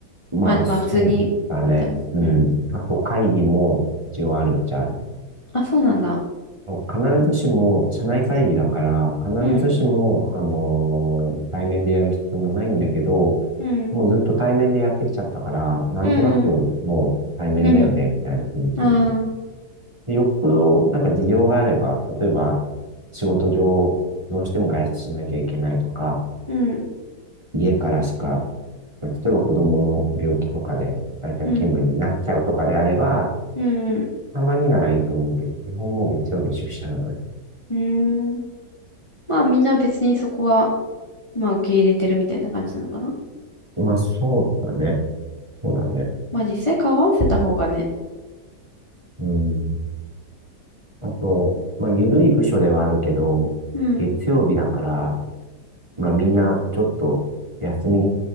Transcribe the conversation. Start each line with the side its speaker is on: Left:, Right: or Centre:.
Right: まあ、
Left: まあ、まあ普通に、
Right: そうだね。
Left: みたいな。
Right: うん。
Left: うん。
Right: あと、会議も一応あるっちゃある。
Left: あ、そうなんだ。
Right: 必ずしも、社内会議だから、必ずしも、
Left: うん、
Right: あのー対面でやる必要もないんだけど、
Left: うん、
Right: もうずっと対面でやってきちゃったから、なんとなくもう対面だよね、
Left: うん、<laughs>
Right: みたいな雰囲気にはなっ
Left: ああ、
Right: で、よっぽどなんか事情があれば、例えば仕事上どうしても外出しなきゃいけないとか、
Left: うん、
Right: 家からしか、例えば子供の病気とかで在宅勤務になっちゃうとかであれば、
Left: うん、うん、
Right: たまにならいいと思うけど、基本もう月曜日は出社なので。
Left: うん。まあみんな別にそこは、まあ受け入れてるみたいな感じなのかな。
Right: まあそうだね。そうだね。
Left: まあ実際顔合わせた方がね。
Right: うん。あと、まあ緩い部署ではあるけど、
Left: うん。
Right: 月曜日だから、まあみんなちょっと休み